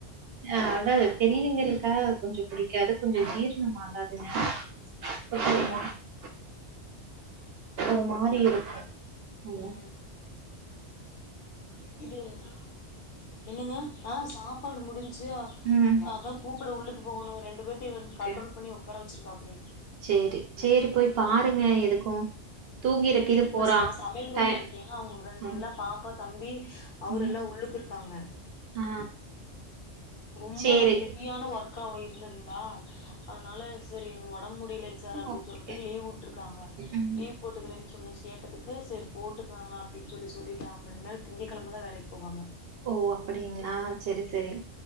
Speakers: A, on the right; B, on the left.
A: அ அதாவது பெரியவிங்ளுக்கா கொஞ்சோ பிடிக்காது கொஞ்சோ ஜீர்ணமாகாதுங்க <unintelligible>
B: ம்
A: ஒரு மாரி இருக்கு அப்டியா
B: ம் <unintelligible> என்னங்க ஆஹ் சாப்பாடு முடிஞ் சு
A: ம்
B: அவ கூப்பிட உள்ள கூ போணு ரெண்டு பேத் தி வந்து
A: ஓகே
B: கண்ட்ரோல் பண்ணி உக்கார வச்சுரு சோ அப்டி
A: சேரி சேரி போய் பாருங்க எதுக்கு தூங்கிருக்கு
B: வீட்டுக்குள்ள
A: இது போறா
B: ச நா சமையல் ரூம்ல
A: டய
B: இருக்கே அவங்க ரெண்டு
A: ம்
B: எல்லா பாப்பா தம்பி அவருல்லா
A: ம்
B: உள்ளுக்கு இருக்காங்க
A: ஆ
B: ரொம்ப
A: சேரி
B: ஹெவியான ஒர்க்காவே இருந்துதுங்களா அதனால சரி ஒடம்பு முடியலங் சார் அப்டின்னு
A: ஓகே
B: சொல்ட்டு லீவ் வுட்டுருக்காங்க
A: ம்
B: லீவ் போட்டுக்றேன்னு சொல்லி கேட்டதுக் கு சரி போட்டுக்கங்க அப்டின்னு சொல்லி சொல்லிட்டாங் அப்பனா திங்க கெழமதா வேலைக்கு போவாங்க
A: ஓ அப்டிங்களா செரி
B: ம்
A: செரி